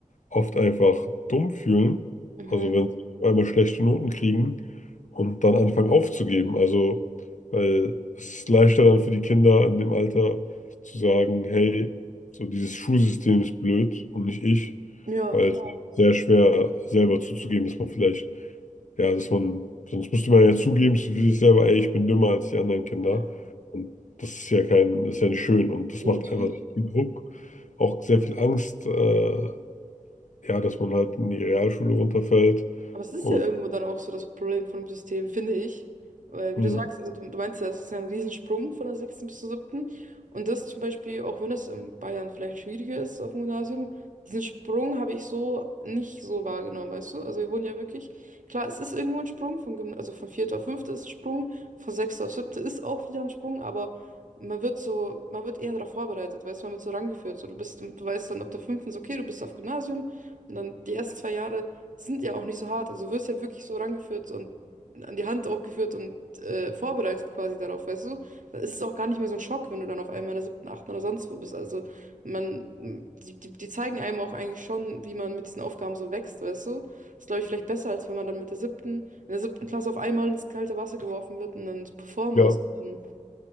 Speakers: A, on the left; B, on the right.
A: oft einfach dumm fühlen,
B: mhm.
A: also wenn sie auf einmal schlechte Noten kriegen und dann anfangen aufzugeben. Also, weil es ist leichter dann für die Kinder in dem Alter zu sagen, hey, so dieses Schulsystem ist blöd und nicht ich
B: Ja,
A: weil
B: klar.
A: es ist sehr schwer selber zuzugeben, dass man vielleicht, ja, dass man, sonst müsste man ja zugeben für sich selber, ey, ich bin dümmer als die anderen Kinder.
B: Ja,
A: Und das ist ja kein, das ist ja nicht schön und das
B: Natürlich.
A: macht einfach sehr viel Druck, auch sehr viel Angst, äh, ja, dass man halt in die Realschule runterfällt.
B: Aber es ist
A: Und
B: ja irgendwo dann auch so das Problem von dem System, finde ich. Weil,
A: mh,
B: wie du sagst, also du, du meinst ja, es ist ja ein Riesensprung von der sechsten bis zur siebten. Und das zum Beispiel, auch wenn es in Bayern vielleicht schwieriger ist auf dem Gymnasium, diesen Sprung habe ich so nicht so wahrgenommen, weißt du? Also wir wurden ja wirklich, klar, es ist irgendwo ein Sprung, von, Gymna- also von vierte auf fünfte ist ein Sprung, von sechste auf siebte ist auch wieder ein Sprung, aber man wird so, man wird eher darauf vorbereitet, weißt du, man wird so rangeführt. So, du bist, du weißt dann ab der fünften, so, okay, du bist auf Gymnasium und dann die ersten zwei Jahre sind ja auch nicht so hart. Also du wirst ja wirklich so rangeführt und an die Hand auch geführt und äh, vorbereitet quasi darauf, weißt du? Dann ist es auch gar nicht mehr so ein Schock, wenn du dann auf einmal in der siebten, achten oder sonst wo bist. Also man, die, die, die zeigen einem auch eigentlich schon, wie man mit diesen Aufgaben so wächst, weißt du? Ist, glaube ich, vielleicht besser, als wenn man dann mit der siebten, in der siebten Klasse auf einmal ins kalte Wasser geworfen wird und dann so performen
A: ja,
B: muss. Dann,